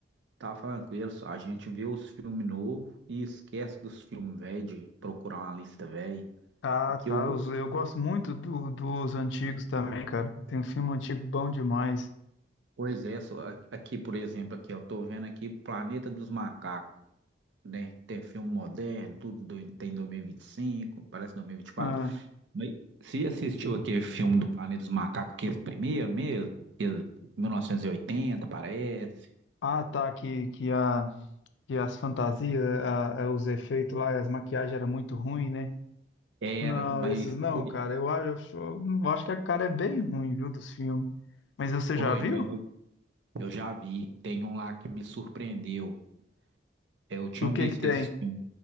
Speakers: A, on the right; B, on the left.
A: Tava falando com ele, só, a gente vê os filmes novos e esquece dos filmes velhos, de procurar uma lista velha.
B: Ah,
A: Aqui
B: tá,
A: eu vou.
B: os- eu gosto muito do- dos antigos também, cara. Tem um filme antigo bom demais.
A: Pois é, só, a- aqui, por exemplo, aqui, eu tô vendo aqui Planeta dos Macacos, né? Tem filme moderno, tudo do- tem 2025, parece 2024.
B: Ah,
A: Mas você assistiu aquele filme do Planeta dos Macacos, aquele primeiro mesmo? Aquele 1980, parece.
B: ah tá, que, que a que as fantasias, a- a- os efeitos lá, as maquiagens eram muito ruim, né?
A: Era,
B: Não,
A: mas
B: esses não,
A: oi,
B: cara. Eu acho, eu acho eu acho que a cara é bem ruim, viu, dos filmes. Mas você
A: oi,
B: já viu?
A: mas eu, eu já vi. Tem um lá que me surpreendeu. Eu tinha
B: O que
A: visto
B: que tem?
A: esse filme.